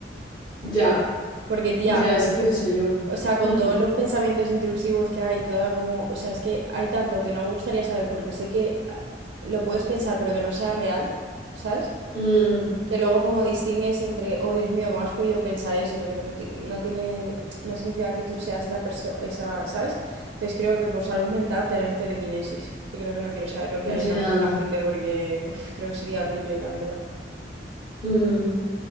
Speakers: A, on the left; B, on the right.
A: Ya,
B: Porque, tía,
A: ya, eso pienso yo.
B: o sea, con
A: Mm,
B: todos los pensamientos intrusivos que hay, toda como, o sea, es que hay tanto que no me gustaría saber porque sé que ah, lo puedes pensar, pero que no sea real, ¿sabes?
A: mm,
B: que luego como distingues entre, oh Dios mío, ¿cómo has podido pensar eso? Pero que no, ti- no tiene, no significa que tú seas esa persona, esa, ¿sabes? Entonces creo que por salud mental tener telequinesis, Es que creo que no quiero saber lo que
A: Ya,
B: hay en la mente de la gente porque uf, creo que sería horrible, la verdad.
A: mm,